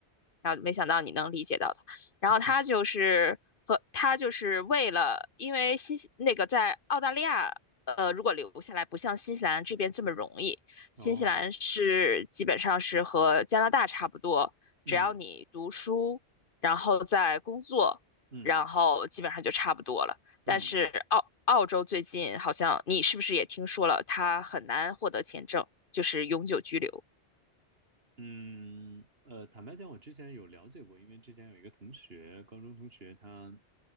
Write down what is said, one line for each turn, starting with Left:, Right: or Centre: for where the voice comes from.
Left: 然后没想到你能理解到他，然后他就是和他就是为了，
Right: <laughs>
Left: 因为新西那个在澳大利亚，呃，如果留下来不像新西兰这边这么容易，新西兰是基本上是和加拿大差不多，
Right: 哦，嗯
Left: 只要你读书，然后在工作，
Right: 嗯
Left: 然后基本上就差不多了。
Right: 嗯
Left: 但是澳澳洲最近好像你是不是也听说了，他很难获得签证，就是永久居留。
Right: 嗯，呃，坦白讲，我之前有了解过，因为之前有一个同学，高中同学，他